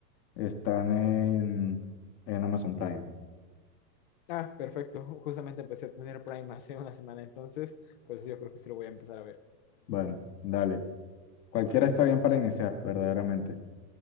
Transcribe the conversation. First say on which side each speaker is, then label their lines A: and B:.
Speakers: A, on the left (about 85°); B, on the left (about 35°).
A: están en, en Amazon Prime.
B: Ah, perfecto. Justamente empecé a tener Prime hace una semana, entonces pues yo creo que sí lo voy a empezar a ver.
A: Bueno, dale. Cualquiera
B: Vale.
A: está bien para iniciar, verdaderamente.